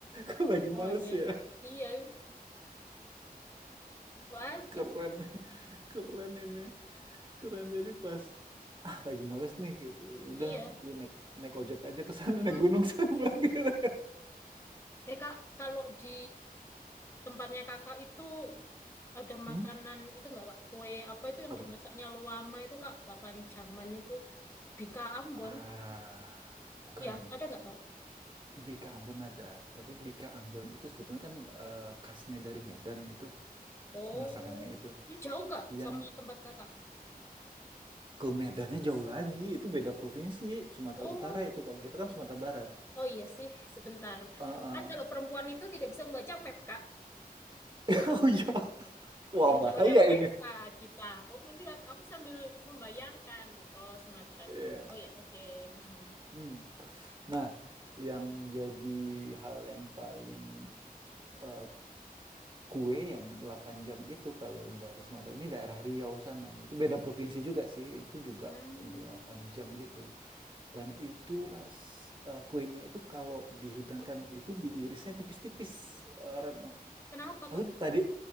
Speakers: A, on the right; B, on the left.
A: Kok lagi males
B: namanya.
A: ya?
B: Iya itu aja.
A: Keren. Keren ini. Keren jadi pas ah lagi males nih gitu.
B: Iya.
A: Udah lu naik naik ojek aja ke sana
B: Hmm.
A: naik gunung <laughs> saya bilang gitu.
B: Eh kak kalau di tempatnya kakak itu Ada
A: Hmm?
B: makanan itu nggak Kak? Kue apa itu yang
A: Apa?
B: dimasaknya luama itu Kak? delapan jaman itu. Bika Ambon.
A: Ah, bukan.
B: Ya, ada nggak Kak?
A: Bika Ambon ada, tapi Bika Ambon itu sebetulnya kan eh, khasnya dari Medan itu,
B: Oh,
A: masakannya itu.
B: ini jauh Kak
A: Yang
B: sama tempat Kakak.
A: ke Medannya jauh lagi, itu beda provinsi, Sumatera
B: Oh,
A: Utara itu kalau kita kan Sumatera Barat.
B: oh iya sih, sebentar.
A: Ah,
B: Kan
A: ah.
B: kalau perempuan itu tidak bisa membaca map Kak.
A: <laughs> Oh iya, Wah,
B: Tidak
A: bahaya
B: bisa membaca peta
A: ini.
B: kita. Oh, ini aku, aku sambil membayangkan. Oh, Sumatera
A: Iya.
B: sini. Oh ya, oke. Hmm.
A: Hmm. Nah, yang jadi hal yang paling eh, kue yang 8 jam itu kalau dari Sumatera ini daerah Riau sana. Itu beda provinsi juga sih, itu juga
B: Hmm.
A: 8 jam gitu. Dan itu ras eh, kuenya itu kalau dihidangkan itu diirisnya tipis-tipis, eh, Retno.
B: Kenapa Kak?
A: Aku ju- tadi